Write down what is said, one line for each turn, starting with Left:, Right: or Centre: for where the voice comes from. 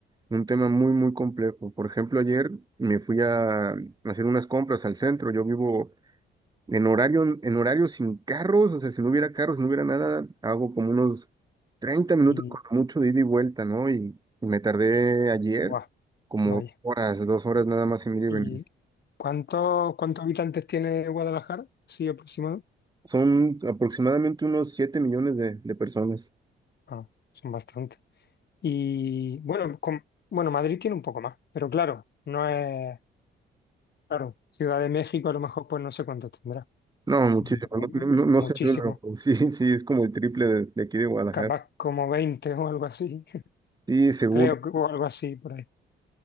Right: un tema muy, muy complejo. Por ejemplo, ayer me fui a hacer unas compras al centro. Yo vivo en horario, en horario sin carros, o sea, si no hubiera carros, si no hubiera nada, hago como unos 30 minutos
Left: Y,
Right: con mucho de ida y vuelta, ¿no? Y, y me tardé ayer
Left: buah,
Right: como
Left: vaya.
Right: horas, dos horas nada más en ir y
Left: ¿Y
Right: venir.
Left: cuántos, cuántos habitantes tiene Guadalajara? Sí, aproximado.
Right: Son aproximadamente unos 7 millones de, de personas.
Left: Ah, son bastantes. Y bueno, con- bueno, Madrid tiene un poco más, pero claro, no es, claro, Ciudad de México a lo mejor pues no sé cuántos tendrá,
Right: No, muchísimo,
Left: pero
Right: no, no, no
Left: muchísimos,
Right: sé, el número, pero <laughs> sí, sí, es como el triple de, de aquí de Guadalajara.
Left: capaz como 20 o algo así, <laughs>
Right: Sí, seguro.
Left: creo que o algo así por ahí.